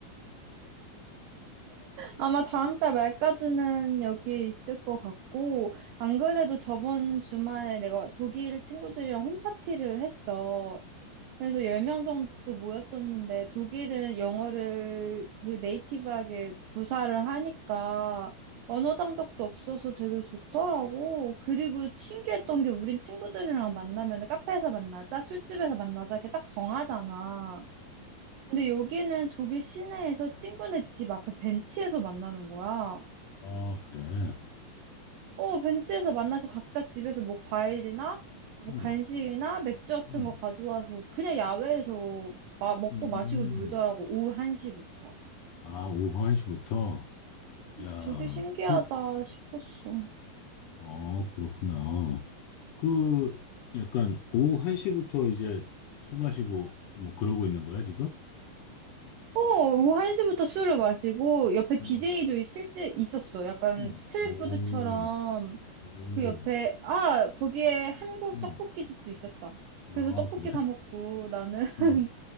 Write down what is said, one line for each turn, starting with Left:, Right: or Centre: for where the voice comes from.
Right: 아마 다음 달 말까지는 여기에 있을 것 같고, 안 그래도 저번 주말에 내가 독일 친구들이랑 홈파티를 했어. 그래서 10명 정도 모였었는데, 독일은 영어를 그 네이티브하게 구사를 하니까 언어 장벽도 없어서 되게 좋더라고. 그리고 신기했던 게 우린 친구들이랑 만나면 카페에서 만나자, 술집에서 만나자 이렇게 딱 정하잖아. 근데 여기는 독일 시내에서 친구네 집 앞에 벤치에서 만나는 거야.
Left: 아, 그래.
Right: 어, 벤치에서 만나서 각자 집에서 뭐 과일이나 뭐
Left: 음,
Right: 간식이나 맥주 같은
Left: 음,
Right: 거 가져와서 그냥 야외에서 마, 먹고
Left: 음.
Right: 마시고 놀더라고. 오후 1시부터.
Left: 아, 오후 1시부터? 야,
Right: 되게 신기하다
Left: 그,
Right: 싶었어.
Left: 어, 그렇구나. 그, 약간, 오후 1시부터 이제 술 마시고, 뭐, 그러고 있는 거야, 지금?
Right: 어, 오후 1시부터 술을 마시고 옆에
Left: 음,
Right: 디제이도 실제 있었어. 약간
Left: 음.
Right: 스트리트푸드처럼
Left: 오, 오,
Right: 그 옆에 아, 거기에 한국
Left: 음.
Right: 떡볶이 집도 있었다. 그래서
Left: 아,
Right: 떡볶이
Left: 그래?
Right: 사 먹고 나는 <laughs>
Left: 어.